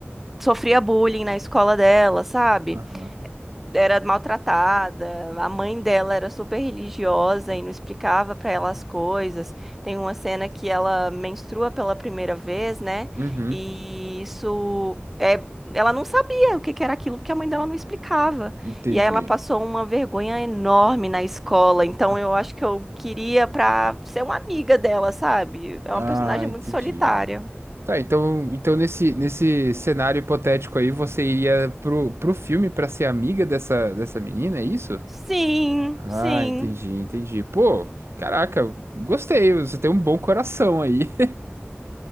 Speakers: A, in the centre; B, on the right (about 70°).
A: sofria bullying na escola dela, sabe?
B: aham.
A: era maltratada, a mãe dela era super religiosa e não explicava pra ela as coisas. Tem uma cena que ela menstrua pela primeira vez, né?
B: Uhum,
A: E isso é, ela não sabia o que que era aquilo porque a mãe dela não explicava.
B: entendi.
A: E aí ela passou uma vergonha enorme na escola. Então
B: Ah,
A: eu acho que eu queria pra ser uma amiga dela, sabe? É
B: ah,
A: uma personagem
B: entendi.
A: muito solitária.
B: Tá, então, então nesse, nesse cenário hipotético aí, você iria pro, pro filme pra ser amiga dessa, dessa menina, é isso?
A: Sim,
B: Ah,
A: sim.
B: entendi, entendi. Pô, caraca, gostei, você tem um bom coração aí.